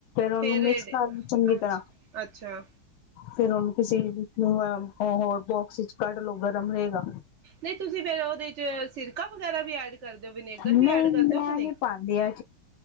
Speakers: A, on the left; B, on the right.
A: ਉਹਨੂੰ
B: ਫੇਰ
A: ਮਿਕਸ ਕਰ ਲੋ ਚੰਗੀ
B: ਅੱਛ
A: ਤਰ੍ਹਾਂ
B: ਅੱਛਾ
A: ਫੇਰ ਉਹਨੂੰ ਕਿਸੇ ਹੋਰ ਬੋਕਸ ਚ ਕੱਢ ਲੋ ਗਰਮ ਰਹੇਗਾ
B: ਨਹੀਂ ਤੁਸੀਂ ਫਿਰ ਉਹਦੇ 'ਚ ਸਿਰਕਾ ਵਗੈਰਾ ਵੀ ਐਡ ਕਰ ਦਿਓ ਵਿਨੇਗਰ
A: ਨਹੀਂ
B: ਵੀ ਐਡ
A: ਮੈਂ
B: ਕਰ ਦਿਓ ਕਿ ਨਹੀਂ
A: ਨੀ ਪਾਂਦੀ ਇਹ